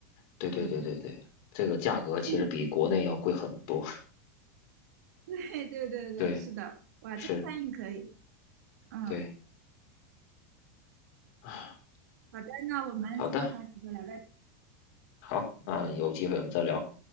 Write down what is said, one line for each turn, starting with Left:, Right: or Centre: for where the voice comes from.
Left: 对对对对对，
Right: 嗯，
Left: 这个价格其实比国内要贵很多。
Right: <laughs> 对对对对，
Left: <laughs> 对，
Right: 是的。哇，
Left: 是，
Right: 这餐饮可以。嗯，
Left: 对，<sighs>
Right: 好的，那我们这个话题就聊到这儿。
Left: 好的，好，那有机会我们再聊。